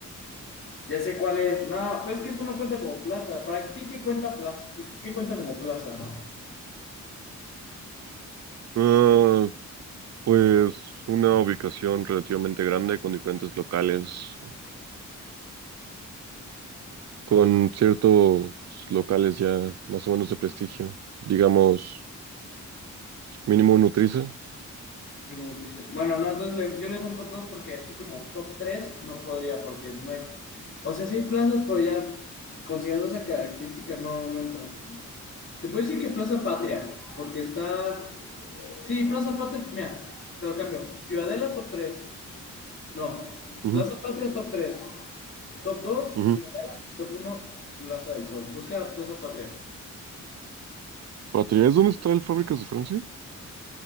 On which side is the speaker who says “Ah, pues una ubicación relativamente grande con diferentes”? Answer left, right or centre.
Right